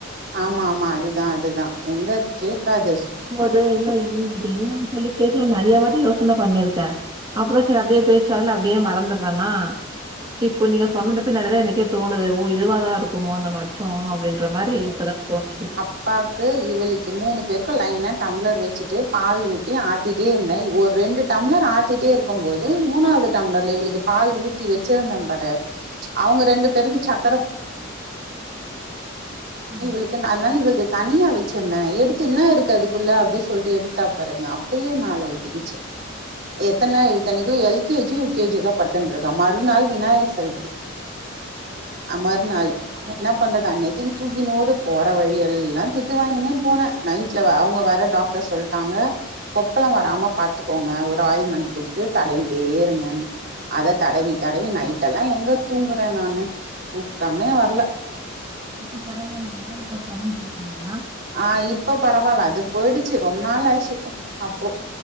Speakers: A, on the right; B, on the right.
A: ஆமா ஆமா அதுதா அதுதா எங்க கேக்காது சு
B: அது இல்ல என்ன அது என்னன்னு சொல்லி கேக்லான்னு நெறைய வாட்டி யோசனை பண்ணியிருக்க அப்றோ சார் அப்டியே பேசுவாக்ள அப்டியே மறந்துடுறனா இப்போ நீங்க சொன்னது பின்னாடிதா எனக்கே தோனுது ஓ இதுவாதா இருக்குமோ அந்த மா ச்சோ அப்டின்ற மாரி இப்பதா தோணுது
A: ப்பாக்கு இவளுக்கு மூணு பேருக்கு லைனா டம்ளர் வச்சுட்டு பால் ஊத்தி ஆத் த்திட்டே இருந்தன் ஒரு ரெண்டு டம்ளர் ஆத்திட்டே இருக்கும்போது மூணாவது டம்ளர்ல இவளுக்கு பால் ஊ ஊத்தி வச்சிருந்தே பாரு அவுங்க ரெண்டு பேருக்கு சக்கர
B: ம்
A: தி இவளுக்கு அதுனால இவளுக்கு தனியா வச்சிருந்தே எடுத்து என்ன இருக்கு அதுக்குள்ள அப்டின்னு சொல்ட்டு எடுத்தா பாருங்க அப்டியே மேல ஒத்திகிச்சு எத்தன இத்தனைக்கு எல் கே ஜியோ யுகேஜியோதா படித்துன்னு இருக்கா மறுநாள் விநாயகர் சதுர்த்தி அ மர்நாள் என்னா பண்றது அன் நெதில் தூக்கினோடு போற வழி எல்லா திட்டு வாங்கினே போன நைட்ல அவுங்க வர டாக்டர் சொல்ட்டாங்க கொப்பளம் வராம பாத்துக்கோங்க ஒரு ஆயில் மண்டு குடுத்து தடவிட்டே இருங்கன்னு அத தடவி தடவி நைட்டெல்லா எங்க தூங்கற நானு தூக்கமே வர்ல
B: இப்ப பரவாயில்லையா இப்ப கொறஞ்சிருக்குங்ளா
A: ஆ இப்ப பரவால்ல அது போயிடுச்சு ரொம்ப நாள் ஆச்சு அப்போ